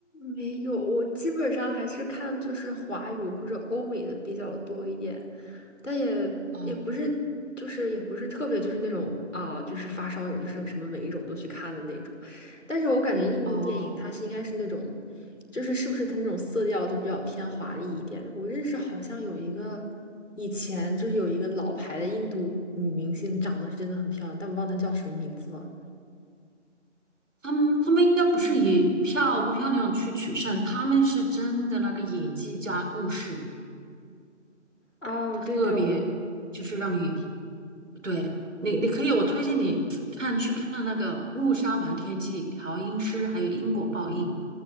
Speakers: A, on the left; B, on the right.
A: 没有，我基本上还是看就是华语或者欧美的比较多一点。但也也不是，
B: 哦
A: 就是也不是特别，就是那种啊、就是发烧友，就是什么每一种都去看的那种。但是我感觉印度电影它是应该是那种，
B: 哦，
A: 就是是不是它那种色调就比较偏华丽一点。我认识好像有一个以前就是有一个老牌的印度女明星，长得是真的很漂亮，但我忘了她叫什么名字了。
B: 他们他们应该不是以漂不漂亮去取胜，他们是真的那个演技加故事，
A: 哦，
B: 特别就是让你
A: 对对，我
B: 对你，你可以我推荐你看去看那个《误杀瞒天记》《调音师》还有《因果报应》